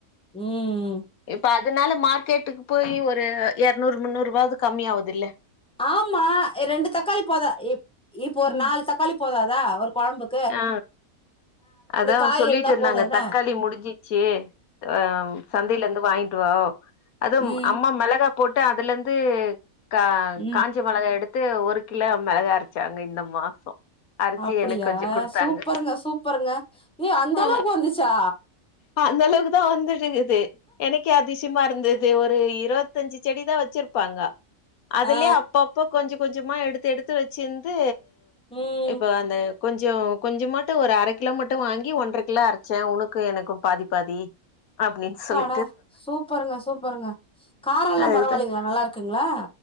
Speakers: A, in the centre; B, on the left.
A: ம் ம்
B: இப்ப அதனால மார்க்கெட்டுக்கு போய் ஒரு இரநூறு முன்னூறு ரூபாவது கம்மி ஆகுது இல்ல
A: ஆமா ரெண்டு தக்காளி போதா இப் இப்போ ஒரு
B: ம்
A: நாலு தக்காளி போததா ஒரு குழம்புக்கு
B: ஆ அதா
A: காய்
B: சொல்லிட்டு
A: இருந்தா
B: இருந்தாங்க
A: போது அதா
B: தக்காளி முடிஞ்சிச்சு ஆ சந்தையில இருந்து வாங்கிட்டுவ அதுவு
A: ம்
B: அம்மா மிளகா போட்டு அதுல இருந்து கா
A: ம்
B: காஞ்ச மிளகா எடுத்து ஒரு கிலோ மிளகா அரைச்சாங்க இந்த மாசோ அரைச்சி
A: அப்டியா
B: எனக்கு கொஞ்ச கொடுத்தாங்க
A: சூப்பருங்க சூப்பருங்க ஏ அந்த
B: ஆ
A: அளவுக்கு வந்துச்சா
B: ஆ அந்த அளவுக்கு தா வந்துட்டுக்குது எனக்கே அதிஷ் ச்சுமா இருந்தது ஒரு இருபத்துஅஞ்சு செடி தா வச்சிருப்பாங்க அதுலே
A: ஆ
B: அப்ப அப் இப்ப கொஞ்ச கொஞ்சமா எடுத்து எடுத்து வச்சிருந்து
A: ம்
B: இப்ப அந்த கொஞ்ச கொஞ்சமாட்டு ஒரு அரை கிலோ மட்டு வாங்கி ஒன்றரை கிலோ அரைச்சே உனக்கு எனக்கு பாதி பாதி அப்டின்னு சொல்லி
A: ஆ சூப்பருங்க சூப்பருங்க கார எல்லா
B: அது
A: பரவாயில்லைங்களா நல்லா இருக்குங்களா